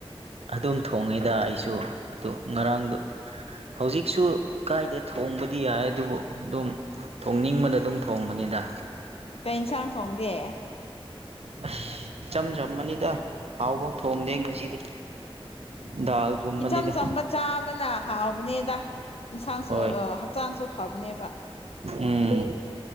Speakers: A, on the right (about 85°); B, on the left (about 75°).
A: ꯑꯗꯨꯝ ꯊꯣꯡꯉꯦꯗ ꯑꯩꯁꯨ ꯑꯗꯣ ꯉꯔꯥꯡꯗꯣ ꯍꯧꯖꯤꯛꯁꯨ ꯀꯥꯏꯗꯦ ꯊꯣꯡꯕꯗꯤ ꯌꯥꯏ ꯑꯗꯨꯕꯨ ꯗꯨꯝ ꯊꯣꯡꯅꯤꯡꯕꯅ ꯑꯗꯨꯝ ꯊꯣꯡꯕꯅꯦꯗ
B: ꯎꯝ ꯀꯩ ꯏꯟꯁꯥꯡ ꯊꯣꯡꯒꯦ
A: ꯑꯁ ꯏꯆꯝ ꯆꯝꯕꯅꯤꯗ ꯍꯥꯎꯕ ꯊꯣꯡꯗꯦ ꯉꯁꯤꯗꯤ
B: ꯎꯝ
A: ꯗꯥꯜꯒꯨꯝꯕꯅꯤꯗ
B: ꯏꯆꯝ ꯆꯝꯕ ꯆꯥꯕꯅ ꯍꯥꯎꯕꯅꯦꯗ ꯏꯟꯁꯥꯡꯁꯨ
A: ꯍꯣꯏ
B: ꯑ ꯍꯛꯆꯥꯡꯁꯨ ꯐꯕꯅꯦꯕ
A: ꯎꯝ